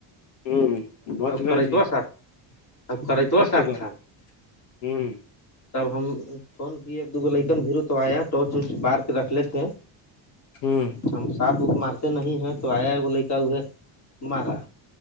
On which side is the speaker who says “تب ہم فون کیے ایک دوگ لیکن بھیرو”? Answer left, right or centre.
Left